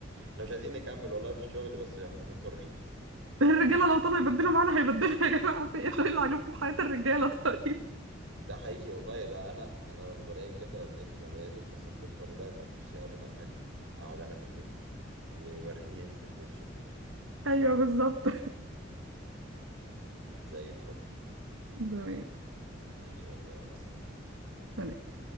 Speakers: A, on the right; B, on the right.
A: احنا مش عايزين نكمل والله في الشغل بس احنا مضطرين
B: الرجاله لو طلعوا يبدلوا معانا هيبدلوا يا جماعه في ايه انتوا ايه اللي عاجبكم في حياه الرجاله طيب
A: ده حقيقي والله ده انا انا لما بلاقي كده قدامي لما بلاقي زوجتي مثلا بتقول لي ابو الله طب بصي هقول لك على حاجه اقعد انا في البيت ووريني انت تنزل شغل
B: ايوه بالظبط
A: زي الفل
B: <laughs> تمام
A: ماشي يا رضوى يلا سلام
B: يعني